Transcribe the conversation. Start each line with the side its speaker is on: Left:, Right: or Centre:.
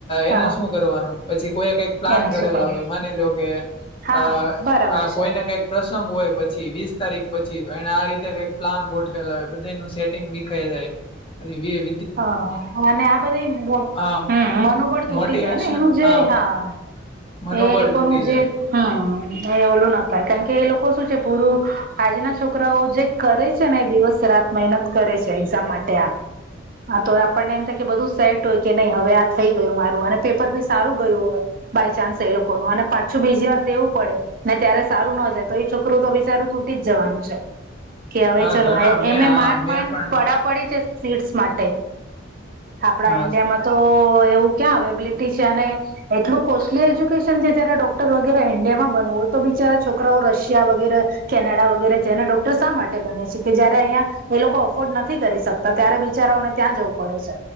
Left: એને
Right: હા
Left: શું કરવાનું? પછી કોઈ કંઈક પ્લાન
Right: એને
Left: કરેલા
Right: શું કરું
Left: હોય, માની લો કે-
Right: હા.
Left: અ
Right: બરાબર
Left: આ
Right: છે
Left: કોઈને -કઈક પ્રસંગ હોય પછી, વીસ તારીખ પછી તો એને આ રીતે કઈક પ્લાન ગોઠવેલા હોય, બધાયનું સેટ- -ટિંગ વિખાય જાય. પહી-
Right: હ અને, આ બધી
Left: આ
Right: હમ મનોબળ તૂટી
Left: મોટિવેશન
Right: જાયને? એનું જે
Left: આ
Right: હા-
Left: મનોબળ
Right: એ લોકોનું
Left: તૂટી
Right: જે-
Left: જાય
Right: હમ એ ઓલું ન થાય, કારણ કે એ લોકો શું છે, પૂરું આજના છોકરાઓ જે- -કરે છે ને, એ દિવસ રાત મહેનત કરે છે. એક્ઝામ માટે આમ- હા તો આપણને એમ થાય કે, બધું સેટ હોય કે, નહી હવે આ થઈ ગયું મારું. અને પેપર બી સારું ગયું હોય. -બાય ચાન્સ એ લોકો નું, અને પાછું બીજી વાર દેવું પડે. -ને ત્યારે સારું ન જાય, તો એ છોકરું તો બિચારું તૂટી જ જવાનું છે. કે હવે
Left: હા
Right: ચલો,
Left: ઘણા મેં
Right: એમા ય
Left: હા
Right: માન
Left: મેં
Right: માન
Left: પણ
Right: પડા પડી છે સીટ્સ માટે આપણા
Left: હા
Right: ઈન્ડિયામાં તો એવું ક્યાં અવેબિલિટી છે, અને- એટલું કોસ્ટલી એજ્યુકેશન છે, જ્યારે ડોક્ટર વગેરે ઇન્ડિયામાં બનવું હોય, તો બિચારા છોકરાઓ રશિયા વગેરે- કેનેડા, વગેરે જઈને ડોક્ટર શા માટે બને છે? કે જયારે અહિયા- એ લોકો અફોર્ડ નથી કરી શકતા, ત્યારે બિચારાઓને- ત્યાં જવું પડે છે,